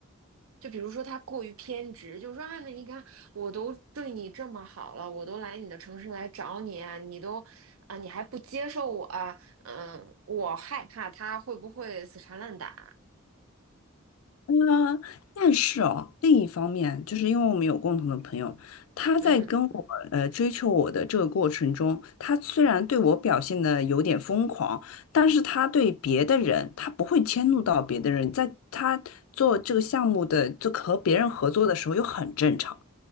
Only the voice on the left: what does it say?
嗯，但是哦，另一方面，就是因为我们有共同的朋友，他在跟我呃追求我的这个过程中，
他虽然对我表现的有点疯狂，但是他对别的人，他不会迁怒到别的人，在他做这个项目的，就和别人合作的时候又很正常。